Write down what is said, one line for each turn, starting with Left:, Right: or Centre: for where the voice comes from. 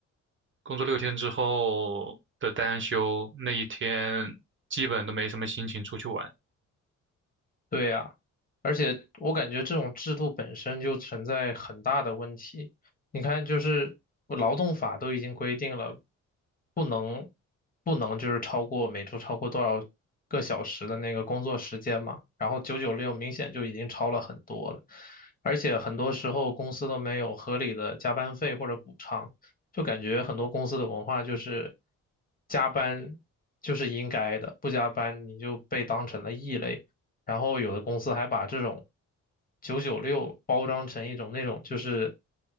Right: 工作六天之后的单休那一天，基本都没什么心情出去玩，
Left: 对呀，而且我感觉这种制度本身就存在很大的问题。你看，就是劳动法都已经规定了，不能不能就是超过每周超过多少个小时的那个工作时间嘛。然后九九六明显就已经超了很多了，而且很多时候公司都没有合理的加班费或者补偿，就感觉很多公司的文化就是加班就是应该的，不加班你就被当成了异类。然后有的公司还把这种九九六包装成一种那种就是